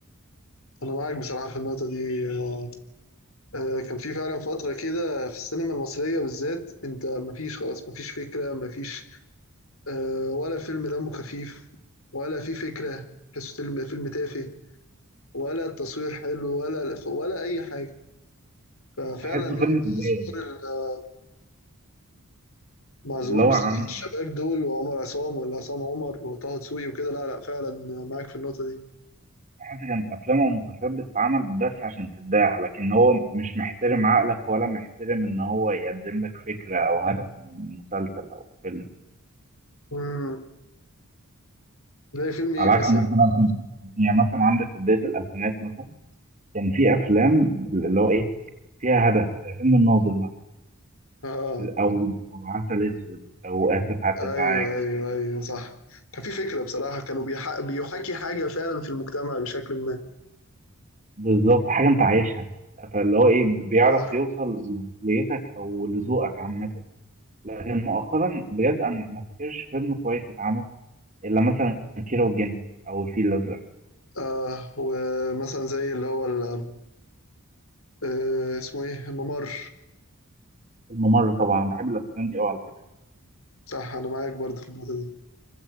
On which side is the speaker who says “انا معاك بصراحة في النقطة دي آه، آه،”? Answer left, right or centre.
Left